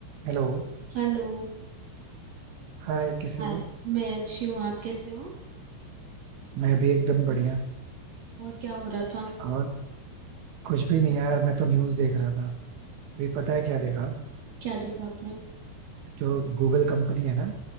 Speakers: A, on the right; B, on the right.
A: Hello
B: Hello
A: Hi कैसे
B: हाँ
A: हो
B: मैं अच्छी हूँ आप कैसे हो
A: मैं भी एकदम बढ़िया
B: और क्या हो रहा था
A: और कुछ भी नहीं यार मैं तो न्यूज़ देख रहा था अभी पता है क्या देखा
B: क्या देखा आपने
A: जो गूगल कंपनी है ना